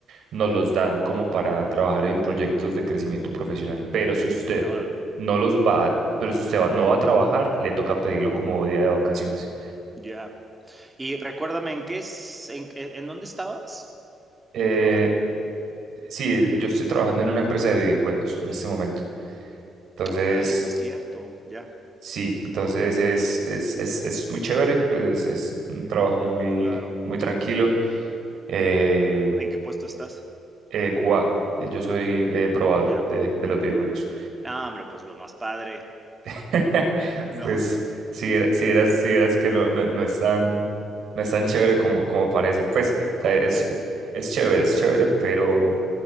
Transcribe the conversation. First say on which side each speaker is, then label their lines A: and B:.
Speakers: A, on the right (about 70°); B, on the right (about 15°).
A: nos los dan como para trabajar en proyectos de crecimiento profesional. Pero si usted
B: Órale.
A: no los va a- pero si usted va- no va a trabajar, le toca pedirlo como día de vacaciones.
B: Ya. Y recuérdame, ¿en qué es en en en dónde estabas
A: Eh,
B: trabajando?
A: sí, yo estoy trabajando en una empresa de videojuegos en este momento. Entonces,
B: Órale, sí es cierto, ya,
A: sí, entonces es, es, es, es muy chévere, pues es, es un trabajo muy,
B: claro.
A: muy tranquilo. eh,
B: ¿En qué puesto estás?
A: eh, QA. Eh, Yo soy eh, probador
B: Ya.
A: de, de los videojuegos.
B: No, hombre, pues lo más padre,
A: <laughs>
B: ¿no?
A: Pues
B: <laughs>
A: si era- si eras, si eras que no, no, no es tan, no es tan chévere como, como parece. Pues, o
B: ¿Cómo
A: sea, es,
B: crees?
A: eh, es chévere, es chévere, pero,
B: Ujú,